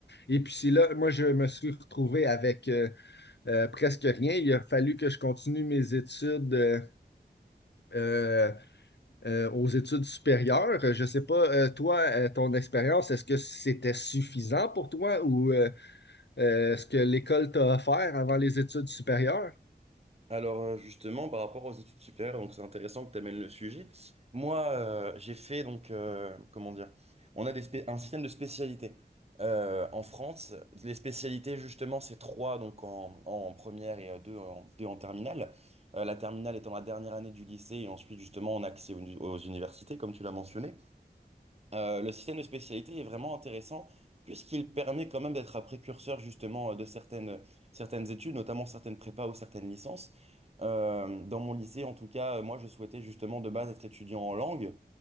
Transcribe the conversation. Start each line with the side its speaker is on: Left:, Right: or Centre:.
Left: Et puis, c'est là, moi, je me suis retrouvé avec euh, euh, presque rien. Il a fallu que je continue mes études. euh, euh, euh, aux études supérieures. Je ne sais pas, euh, toi, euh, ton expérience, est-ce que c'était suffisant pour toi ou euh, euh, est-ce que l'école t'a offert avant les études supérieures?
Right: Alors euh, justement, par rapport aux études supérieures, donc c'est intéressant que tu amènes le sujet. Moi, euh, j'ai fait donc, euh, comment dire, on a des spé- un système de spécialités. Euh, en France, les spécialités, justement, c'est trois donc en, en première et euh, deux en, deux en terminale. Euh, la terminale étant la dernière année du lycée et ensuite, justement, on a accès aux, aux universités, comme tu l'as mentionné. Euh, le système de spécialité est vraiment intéressant puisqu'il permet quand même d'être un précurseur justement euh, de certaines, certaines études, notamment certaines prépas ou certaines licences. Euh, dans mon lycée, en tout cas, euh, moi, je souhaitais justement de base être étudiant en langue.